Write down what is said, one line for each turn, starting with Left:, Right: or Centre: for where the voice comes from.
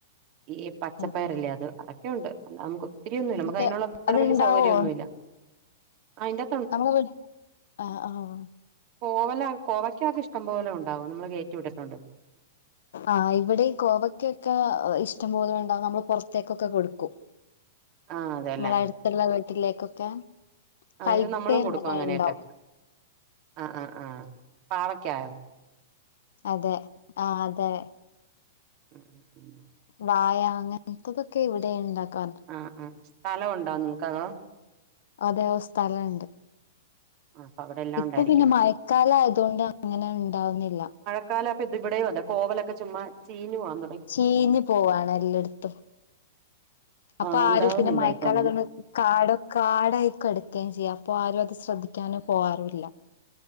Right: ഈ പച്ചപ്പയറില്ലേ
Left: അതെ
Right: അത് അതൊക്കെയുണ്ട് അല്ലാ നമുക്ക് ഒത്തിരിയൊന്നുല്ല
Left: അതൊക്കെ
Right: നമക്ക് അയ്നുള്ള അത്ര
Left: അത്ണ്ടാവോ
Right: വലിയ സൗകര്യൊന്നുമില്ല അയ്ന്റ
Left: നമുക്പിൻ ആ ആഹ്
Right: കോവല കോവയ്ക്കക്കെ ഇഷ്ടംപോലെ ഉണ്ടാവും നമ്മള് കേറ്റിവിട്ടിട്ടുണ്ട്
Left: ആ് ഇവിടെയു കോവയ്ക്കൊക്കെ ഇഷ്ടംപോലണ്ടാവും. നമ്മള് പൊറത്തേക്കൊക്കെ കൊടുക്കും
Right: ആ അതെല്ലേ
Left: മ്മള അടുത്തുള്ള വീട്ടിലേക്കൊക്കെ
Right: ആ
Left: കയ്പ്പ
Right: ഇത് നമ്മളും
Left: അങ്ങനെണ്ടാവും
Right: കൊടുക്കും അങ്ങനെയൊക്കെ ആ ആ ആഹ് പാവക്കായോ
Left: അതെ ആ അതെ
Right: ഉം ഉം ഉം.
Left: വായ അങ്ങനത്തതൊക്കെ ഇവിടെ ഇണ്ടാക്കാ
Right: ആഹ് ആഹ് സ്ഥലംഉണ്ടോ നിങ്ങക്കതോ
Left: അതേ സ്ഥലണ്ട്
Right: ആ അപ്പൊ അവിടെ എല്ലാം
Left: ഇപ്പൊ
Right: ഉണ്ടായിരിക്കും
Left: പിന്നെ മഴക്കാല ആയതൊണ്ട് അങ്ങനെണ്ടാവുന്നില്ല
Right: ക്കാലയപ്പോ ഇവിടെയും അതെ കോവലൊക്കെ ചുമ്മാ ചീനുപോന്
Left: ചീഞ്ഞു പോവാണ് എല്ലടത്തും അപ്പാരും
Right: ആ ഉണ്ടാകുന്നില്ല
Left: പിന്നെ മഴക്കാലായതോണ്ട്
Right: ഇപ്പൊ അങ്ങനെ
Left: കാടൊ കാടായി കെടക്കയും ചെയ്യാം അപ്പൊ ആരും അത് ശ്രദ്ധിക്കാനും പോവാറില്ല